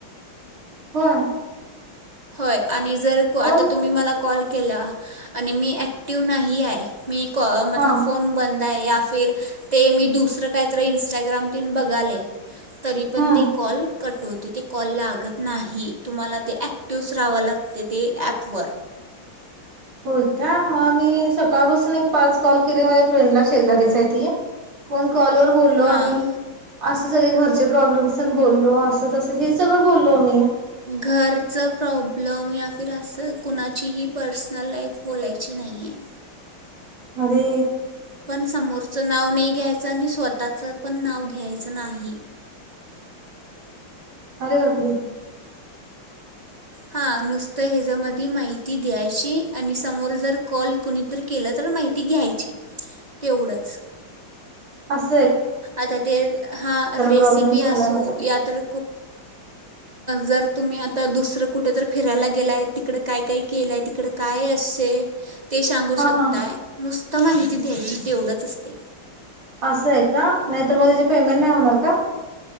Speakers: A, on the right; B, on the right.
A: होय!
B: होय आणि जर
A: पण
B: आता तुम्ही मला कॉल केला आणि मी ऍक्टिव नाही आहे मी- मतलब
A: हा
B: फोन बंद- या फिर ते मी दुसर काहीतर इंस्टाग्राम तेन बघाले. तरी पण
A: हम्म
B: ते कॉल- - कट होते ते कॉल लागत नाही तुम्हाला ते ॲक् <unintelligible> लागते ते ॲपवर
A: होय काय मग मी सकाळपासून एक पाच कॉल केले माझ्या फ्रेंडला शेजारीच आहे ती कोण कॉलर बोललो
B: हां
A: आम्ही असं सगळे घरचे प्रॉब्लेम्सण बोललो असं तसं हे सगळं बोललो आम्ही -
B: घरचं प्रॉब्लेम या फिर असं कुणाचीही पर्सनल लाईफ बोलायची नाही याय
A: अरे
B: समोरचं नाव नाही घ्यायचं आणि स्वतःचं पण नाव घ्यायचं नाही.
A: अरे बापरे
B: हा नुसतं ह्यजमध्ये माहिती द्यायची आणि समोर जर कॉल कुणीतरी केला तर माहिती घ्यायची तेवढंच
A: अस
B: आता ते हा रेसिपी
A: प्रॉब्लेम झालाय
B: असो
A: माझा
B: या तर जर तुम्ही आता दुसरं कुठ फिरायला गेलाय तिकड काय काय केलंय तिकड काय अस ते सांगू
A: हा
B: शकताय
A: हा
B: नुसत आता माहिती द्यायची तेवढंच असतय
A: असं य ह नाहीतर मग त्याची पेमेंट नाही होणार का